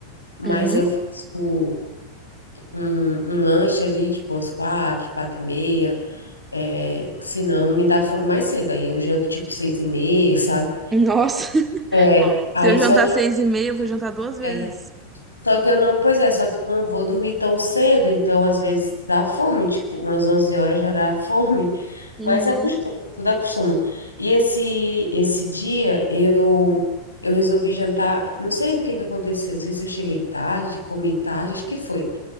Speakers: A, on the left; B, on the right.
A: Mas
B: uhum.
A: eu faço um, um lanche ali, tipo, às quatro, quatro e meia, é, que senão me dá fome mais cedo, aí eu janto tipo seis e meia, <laughs> sabe?
B: Nossa, <laughs>
A: É, aí
B: se eu jantar
A: só que
B: seis e meia, eu vou jantar duas vezes.
A: é, Só que eu não, pois é, só que eu não vou dormir tão cedo, então às vezes dá fome, tipo, umas 11 horas já dá <laughs> fome,
B: Uhum,
A: mas acostuma, tudo acostuma. E esse esse dia eu eu resolvi jantar, não sei o que que aconteceu, não sei se eu cheguei tarde, comi tarde, acho que foi.